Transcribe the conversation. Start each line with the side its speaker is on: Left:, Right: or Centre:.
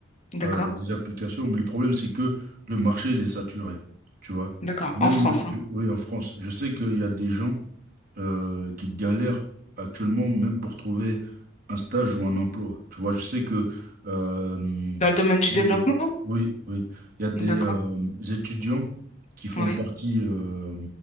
Left: D'accord,
Right: euh, des applications, mais le problème, c'est que le marché, il est saturé, tu vois.
Left: d'accord.
Right: Même,
Left: En France,
Right: euh,
Left: hein.
Right: je- oui, en France, je sais qu'il y a des gens euh, qui galèrent actuellement même pour trouver un stage ou un emploi. Tu vois, je sais que euh,
Left: Dans le domaine du
Right: des-
Left: développement?
Right: oui, oui, il y a des
Left: D'accord,
Right: euh, étudiants qui font
Left: oui.
Right: partie euh,